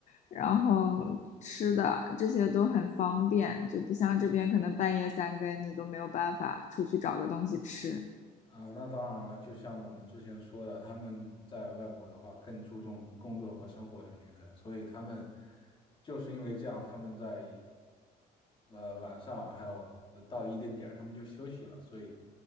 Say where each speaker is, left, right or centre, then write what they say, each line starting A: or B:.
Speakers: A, on the left; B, on the left.
A: 然后吃的这些都很方便，就不像这边可能半夜三更你都没有办法出去找个东西吃。
B: 啊、那当然了，就像我们之前说的，他们在外国的话更注重工作和生活的平衡，所以他们就是因为这样，他们在呃晚上还有呃到一定点儿，他们就休息了。所以